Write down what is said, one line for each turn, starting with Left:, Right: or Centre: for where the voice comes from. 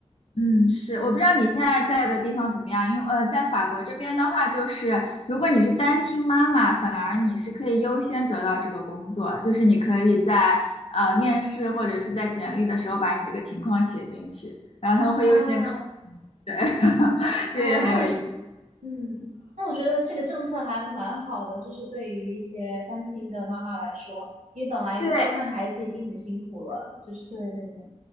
Left: 嗯，是，我不知道你现在在的地方怎么样，因为呃，在法国这边的话，就是如果你是单亲妈妈，反而你是可以优先得到这个工作，就是你可以在呃面试或者是在简历的时候把你这个情况写进去，然后他们会优先考，
Right: 啊
Left: 对，<laughs>
Right: 啊，
Left: 这也很有意思。
Right: 那我嗯，那我觉得这个政策还蛮好的，就是对于一些单亲的妈妈来说，因为本来照看孩子已经很辛苦了，
Left: 对，
Right: 就是对对对。